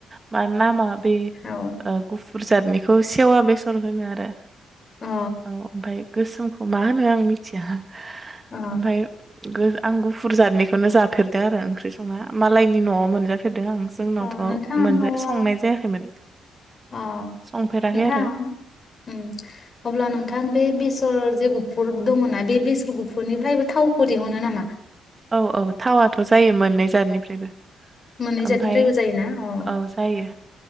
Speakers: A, on the right; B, on the left.
A: मानो नामा बे
B: औ
A: ओ गुफुर जादनिखौ सेवा बे सन होनो आरो
B: अ
A: औ ओमफ्राय गोसोम मा होनो आं मिथिया
B: अ
A: ओमफ्राय गो आं गुफुर जादनिखौनो जाफेरदों आरो ओंख्रि संना मालनि न'आव मोनजा फेरदों आं जोंनावथ'
B: ओं नोंथां
A: मोनजा
B: अल्बा
A: संनाय जायाखैमोन
B: अ
A: संफेराखै
B: नोंथां
A: आरो
B: उम अब्ला नोंथां बे बेसे बेसर जे गुफुर दङना बेसर गुफुरनिफ्रायबो थावखौ दिहुनो नामा?
A: औ औ थावाथ' जायो मोननै जादनिफ्रायबो
B: मोननै
A: ओमफ्राय
B: जादनिफ्रायबो जायोना अ
A: औ जायो